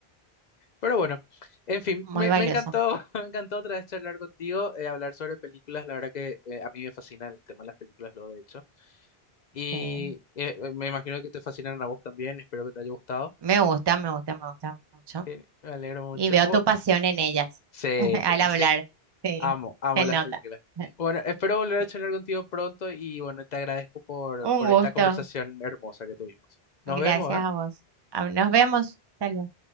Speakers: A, on the left; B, on the right.
A: Pero bueno, en fin,
B: muy
A: me,
B: valioso.
A: me encantó, <laughs> me encantó otra vez charlar contigo, eh, hablar sobre películas. La verdad que eh, a mí me fascina el tema de las películas, lo de hecho. Y
B: Sí.
A: eh, eh, me imagino que te fascinaron a vos también. Espero que te haya gustado.
B: Me gusta, me gusta, me gusta mucho.
A: Geni- Me alegro mucho.
B: Y veo
A: Bu-
B: tu pasión en ellas
A: Sí,
B: <laughs>
A: sí,
B: al hablar.
A: sin
B: Sí,
A: Amo, amo
B: se
A: las
B: nota.
A: películas.
B: <laughs>
A: Bueno, espero volver a
B: Sí.
A: charlar contigo pronto y bueno, te agradezco por,
B: Un
A: por
B: gusto.
A: esta conversación hermosa que tuvimos. Nos
B: Gracias
A: vemos, ¿eh?
B: a vos. Ah, Nos vemos. Hasta luego.